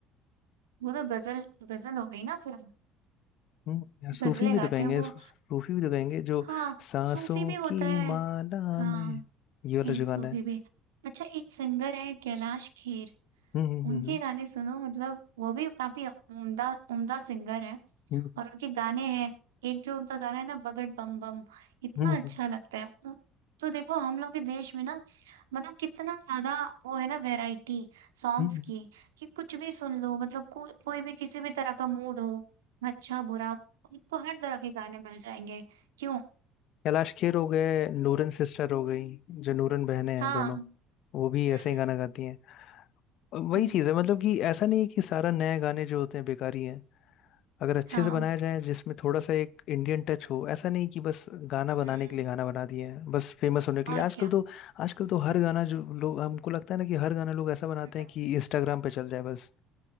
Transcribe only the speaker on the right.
वो तो गजल गजल हो गई ना फिर
गजलें
गाते
हैं वो
हाँ
सूफी भी होता
है
हाँ
ये
सूफी
भी अच्छा एक सिंगर है कैलाश खेर
उनके
गाने सुनो मतलब वो भी काफी उम्दा उम्दा सिंगर है
और उनके गाने हैं एक जो उनका गाना है ना बगड़ बम बम इतना
अच्छा लगता है उम, तो देखो हम लोग के देश में ना मतलब कितना ज्यादा वो है ना वैरायटी सॉन्ग्स
की कि कुछ भी सुन लो मतलब को, कोई भी किसी भी तरह का मूड हो अच्छा बुरा आपको हर तरह के गाने मिल जाएंगे क्यों
हाँ
हम्म
हम्म
हाँ
हम्म
और
क्या
हम्म,
हम्म,